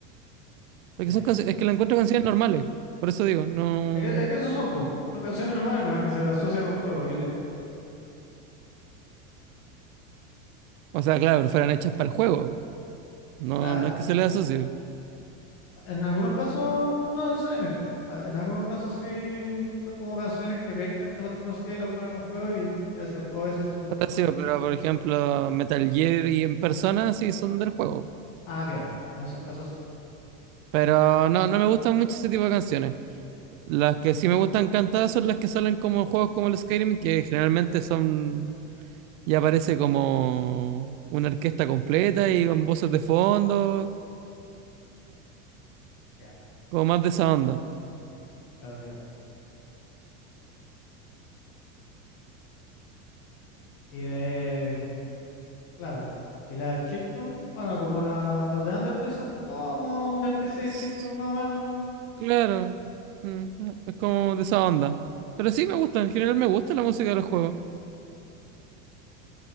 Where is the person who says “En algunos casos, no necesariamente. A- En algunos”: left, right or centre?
Left